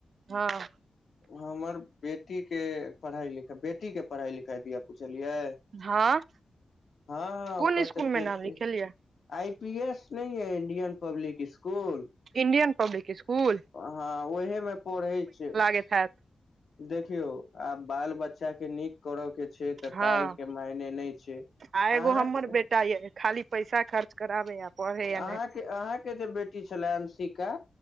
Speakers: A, on the right; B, on the left.
A: हँ
B: हमर बेटी के पढ़ाई लिखाई बेटी के पढ़ाई लिखाई दिया पुछलियै
A: हँ
B: हँ
A: कोन
B: ओकर
A: स्कुल
B: तऽ चेलते
A: मे नाम लिखेलियै
B: आई पी एस न है Indian public school
A: Indian public school
B: हँ ओह मे पढ़ै छै
A: देखायत
B: देखियौ आब बाल बच्चा के नीक करऽ के छै तऽ
A: हँ
B: पाइ के मायने नहि छै अहाँके
A: आ एगो हमर बेटा खाली पैसा खर्च कराबेय या पढ़े या
B: अहाँके
A: नहि
B: अहाँके जे बेटी छलय अंसिका